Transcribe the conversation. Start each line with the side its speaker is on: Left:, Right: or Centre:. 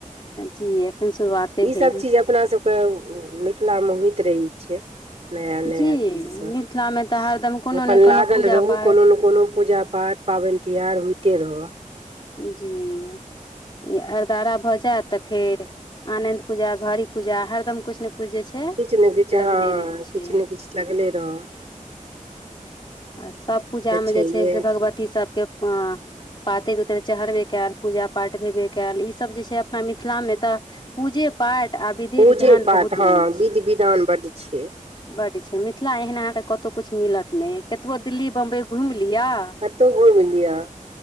Left: जी एखन शुरुआते
Right: ई
Left: भेल
Right: सब चीज अपना सबके मिथिलामे होइत रहै छै नया नया
Left: जी
Right: चीज सब
Left: मिथिलामे तऽ हरदम कोनो
Right: अपन
Left: ने कोनो
Right: लागल
Left: पूजा
Right: रहू
Left: पाठ
Right: कोनो ने कोनो पूजा पाठ पाबनि त्योहार होइते रहऽ
Left: जी अरदारा भऽ जायत तऽ फेर आनंद पूजा घड़ी पूजा हरदम कुछ ने कुछ जे छै
Right: किछु ने किछु
Left: लगले
Right: हँ
Left: रहै छै
Right: किछु ने किछु लगले रह
Left: आ सभ पूजामे
Right: छैहे
Left: जे छै से भगवती सबके अ पातरि उतरि चढ़बे कयल पूजा पाठ भेबे कयल ईसभ जे छै अपना मिथिलामे तऽ पूजे पाठ आ विधि
Right: पूजे
Left: विधान
Right: पाठ
Left: बहुत
Right: हँ
Left: अछि
Right: विध विधान बड्ड छै
Left: बड्ड छै मिथिला एहन अहाँके कतहु किछु मिलत नहि कतबो दिल्ली बम्बइ घूमी लिअ
Right: कतो घूम लिय